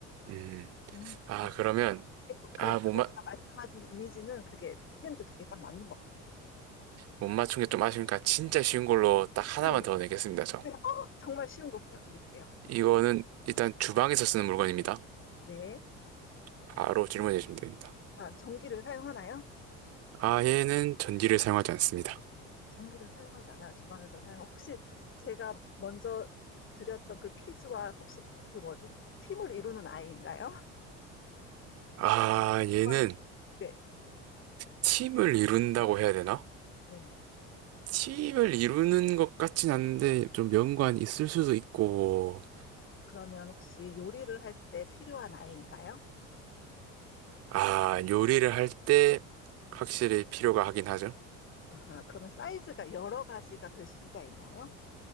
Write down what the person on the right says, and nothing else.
음.
아,
그러면,
아, 못
맞,
못 맞춘 게 좀 아쉬우니까 진짜 쉬운 걸로 딱
하나만
더 내겠습니다, 저.
이거는 일단 주방에서 쓰는 물건입니다.
바로 질문해
주시면 됩니다.
아, 얘는 전기를 사용하지 않습니다.
아, 얘는
팀을 이룬다고 해야 되나?
팀을 이루는 것 같진 않은데 좀 연관이 있을 수도 있고,
아, 요리를 할 때 확실히 필요가 하긴 하죠.